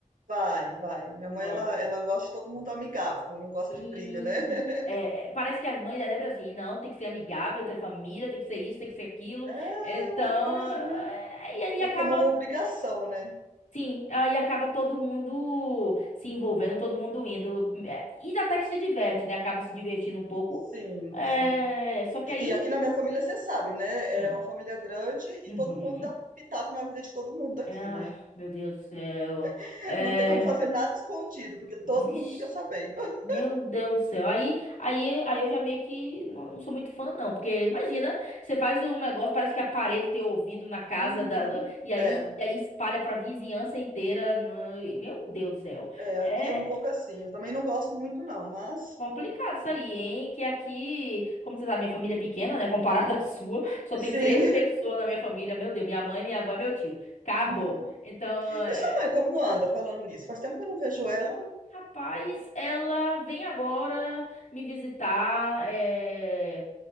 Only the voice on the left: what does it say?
Ah,
Sim.
É, é, parece que as mães é sempre assim, não, tem que ser amigável entre a família, tem que ser isso, tem que ser aquilo.
Então,
é,
e aí acaba
Sim, aí acaba todo mundo se envolvendo, todo mundo indo. É, E até que se diverte, né? Acaba se divertindo um pouco.
É,
Só que
aí.
hum,
uhum.
É, Ah,
meu Deus do céu.
É,
vixe,
Meu Deus do céu. Aí, aí, aí eu já meio que não, não sou muito fã, não. Porque imagina, você faz um negócio, parece que a parede tem ouvido na casa
da, da- e aí,
e aí espalha pra vizinhança inteira. né? Meu Deus do céu.
É.
Complicado isso aí, hein? Que aqui, como você sabe, minha família é pequena, né? Comparada <laughs> à sua, só tem
três pessoas na minha família. Meu Deus, minha mãe, minha avó e meu tio.
Acabou.
Então,
é,
rapaz, ela vem agora me visitar. é,